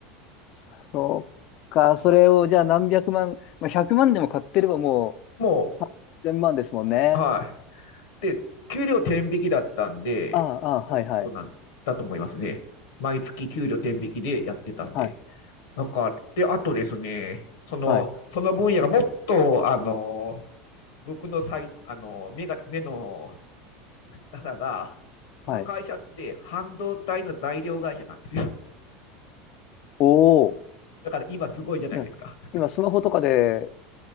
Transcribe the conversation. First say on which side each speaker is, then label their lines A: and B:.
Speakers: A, on the left (about 55°); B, on the left (about 85°).
A: そっか。それをじゃあ何百万、まあ、100万でも買ってればも
B: も
A: う3000万ですもんね。
B: うはい、で、給料天引きだったんで、
A: ああ、ああ、
B: もっとなんだと思いますね。
A: はいはい。
B: 毎月給料天引きでやってたんで。
A: はい。
B: なんか、で、あとですね、その、
A: はい。
B: その分野がもっと、あの、僕のさい、あの、目が、目のなさが、その会社って半導体の材料会社なんですよ。
A: はい。おお。
B: <laughs> だから今すごいじゃないですか。
A: いや今、スマホとかで